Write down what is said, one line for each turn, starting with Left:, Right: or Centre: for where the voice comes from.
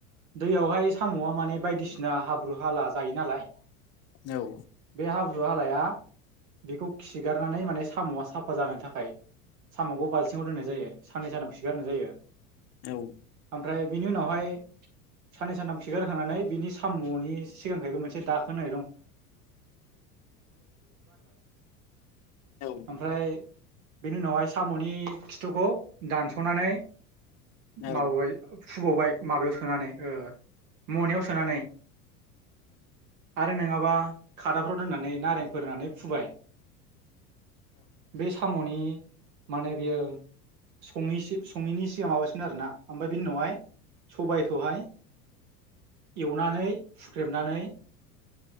Right: दैयावहाय साम'आ माने बायदिसि बिसिना हाब्रु हाला जायो नालाय।
Left: औ
Right: बे हाब्रु हालाया बेखौ खिगारनानै माने साम'आ साफा जानो थाखाय। साम'खौ बाल्थिङाव दोननाय जायो साननै सानाम सिगारहोनाय जायो।
Left: औ
Right: ओमफ्राय बिनि उनावहाय साननै सानथाम खिगारहोखांनानै बिनि। साम'नि सिगांफ्रायबो मोनसे दाखोन।
Left: औ
Right: ओमफ्राय बेनि उनावहाय साम'नि खिथुखौ दानस'नानै
Left: औ-औ-औ-औ-औ-औ-औ-औ-औ
Right: माबाबाय। फुबावबाय माबायाव सोनानै ओ-मनायाव सोनानै। आरो नङाबा खादाफ्राव दोननानै नारें। फोराननानै फुबाय बे साम'नि। माने बेयो सङैनि सि-सिगां माबासिनो आरोना ओमफ्राय बेनि उनावहाय। सबायखौहाय एवनानै फुख्रेबनानै